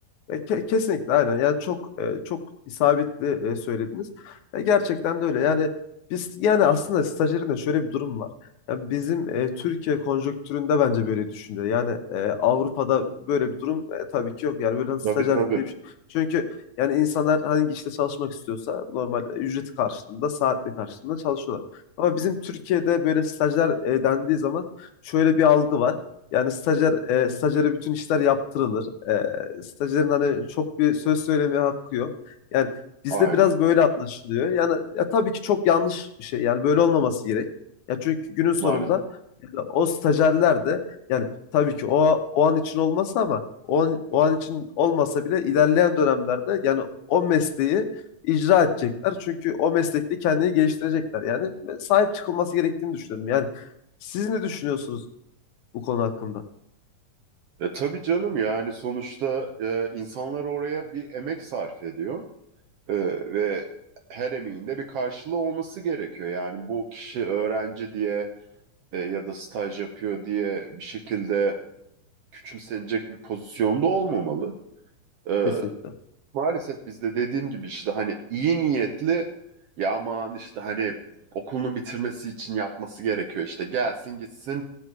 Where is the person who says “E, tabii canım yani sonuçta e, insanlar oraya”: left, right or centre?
Right